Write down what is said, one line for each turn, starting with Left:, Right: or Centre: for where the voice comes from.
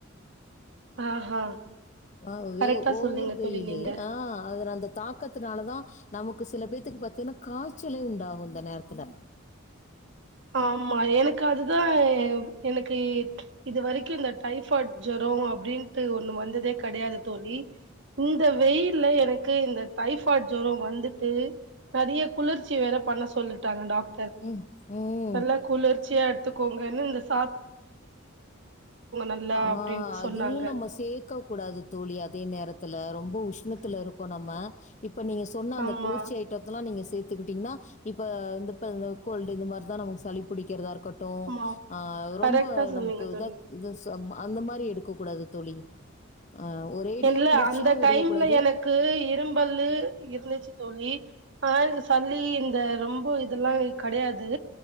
Right: ஆஹா
Left: ஆ
Right: கரெக்டா
Left: ஒவ்வொரு
Right: சொன்னீங்க
Left: வெயிலு
Right: தோழி நீங்க
Left: ஆஹ் அல அந்த தாக்கத்தனால தான் நமக்கு சில பேத்தக்கு பத்தீங்கன்னா காய்ச்சலே உண்டாகும் இந்த நேரத்தில
Right: ஆமா எனக்கு அதுதான் எனக்கு இது வரைக்கும் இந்த டைபாய்ட் ஜொரம் அப்படின்ட்டு ஒண்ணு வந்ததே கிடையாது தோழி இந்த வெயில எனக்கு இந்த டைபாய்ட் ஜொரம் வந்துட்டு நிறைய குளிர்ச்சி வேற பண்ண சொல்லிட்டாங்க டாக்டர்
Left: ஹ் உம்
Right: நல்லா குளிர்ச்சியா துக்கோங்கனு இன்ஸ் நல்லா
Left: ஆஹ்
Right: அப்டின்ட்டு
Left: அதுவும்
Right: சொன்னாங்க.
Left: நம்ம சேக்க கூடாது தோழி அதே நேரத்துல ரொம்ப உஷ்ணத்துல இருக்கு நம்ம இப்ப நீங்க சொன்ன அந்த
Right: ஆமா,
Left: குளிர்ச்சி ஐட்டத்தல்லாம் நீங்க சேர்த் க்கிட்டீங்கன்னா இப்ப இந்த கோல்டு இது மாதிரி தான் நமக்கு சளி பிடிக்கிறதா இருக்கு கட்டும்
Right: ஆமா.
Left: ரொம்ப
Right: கரெக்ட்டா
Left: ஹ
Right: சொன்னீங்க
Left: நமக்கு
Right: தோழி.
Left: இத இதஸ் ஸ் அந்த மாரி எடுக்கக்கூடாது தோழி. ஆ ஒரேடியா
Right: என்ல்ல
Left: குளிர்ச்சியாவும்
Right: அந்த டைம்ல
Left: எடுக்கக்கூடாது.
Right: எனக்கு இரும்பல்லு இருந்துச்சு தோழி ஆஹங்க சல்லி இந்த ரொம்ப இதெல்லாம் கிடையாது.